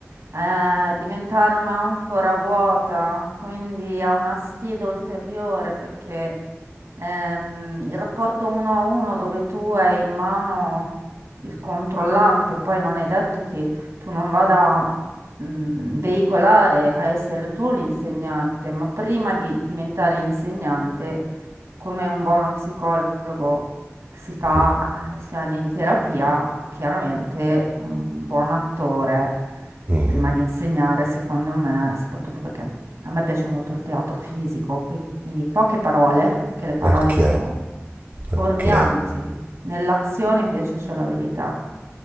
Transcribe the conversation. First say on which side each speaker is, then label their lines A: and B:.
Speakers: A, on the right; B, on the right.
A: eh, diventare un'anfora vuota, quindi è una sfida ulteriore perché ehm, il rapporto uno a uno dove tu hai in mano il controllante, poi non è detto che tu non vada mh, veicolare a essere tu l'insegnante, ma prima di diventare insegnante, come un buono psicologo si fa
B: Mm,
A: eh, i suoi anni di terapia, chiaramente un buon attore
B: mm,
A: prima di insegnare, secondo me, soprattutto perché a me piace molto il teatro fisico, quindi poche parole, perché le parole
B: Ok,
A: sono
B: ok,
A: fuorvianti. Nell'azione invece c'è la verità.